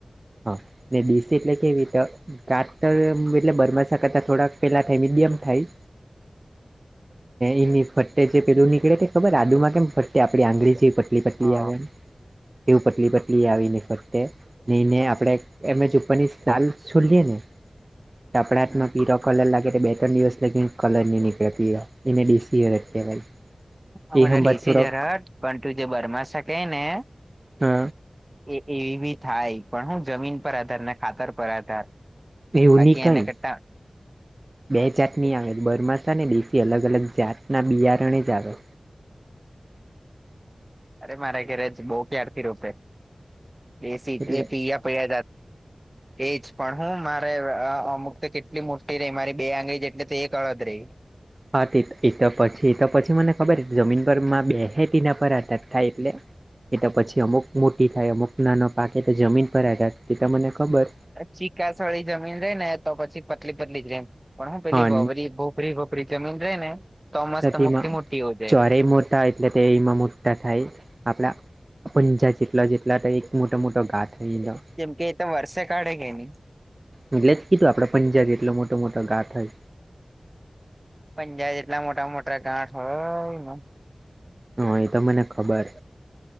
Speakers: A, on the right; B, on the right.
A: હા ને દેશી એટલે કેવી તો ઘાતર એમ એટલે બરમસા કરતા થોડાક પેલા થાય મીડિયમ થાય. એની ફતે જે પેલું નીકળે તે ખબર આદુ માં કેમ ફતે આપડી આંગળી જે પટ પલી પતલી
B: હા
A: આવે એવું પતલી પતલી આવી ફ નહીને આપ એ જ ઉપરની છોલીય ને આપણામાં
B: હમ
A: પ <unintelligible>
B: અમારા
A: એ હંભા
B: દેશ
A: થોડોક
B: જરાટ પણ તું જે બરમા સાતે ને
A: અ
B: એ એવી બી થાય પણ હું જમીન પર આધાર ને ખાતર પર આધાર
A: એવુ
B: બાકી
A: ની કઈ
B: એને કરતા
A: બે જાતની આવે બરમાસા ને દેશ અલગ અલગ જાતના બિયારણે જ આવે
B: અરે મારે ઘેરે જ બો પ્યારથી રોપે એ <unintelligible>
A: એટલે
B: ફી જાય એજ પણ હું મારે અમુક કેટલી મોટી રહે મારી બે આંગળી જેટ તે અળદ રહે
A: હા તે એ તો પછી એ તો પછી મને ખબર જમીન પર બે હ તેના પર આથત થાય એટલે એ તો પછી અમુક મોટી થાય અમુક નાનો પાકે એ તો જમીન પર આધાર તેતો મને ખબર
B: ચીકાસળી જમીન રે ને તો પછી પતલી પતલી રે પણ હું રી
A: હા
B: વપરી જમીન રહેે ને તો મસ્ત
A: તેમાં
B: મોટી મોટી હોજાય
A: ચોરે મોટા એટલે <unintelligible> મોટા થાય આપડા પંજા જેટલા જેટલા એક મોટા મોટો ઘા થઈ ગેલો
B: જેમકે એ તો વર્ષ કાઢે કે ની
A: એટલે જ કીધું આપડે પંજાબી એટલો મોટો મોટો ઘા થયે
B: પંજાબ જેટલા મોટા મોટા ગાંઠ હોયમાં
A: હા એ તો મને ખબર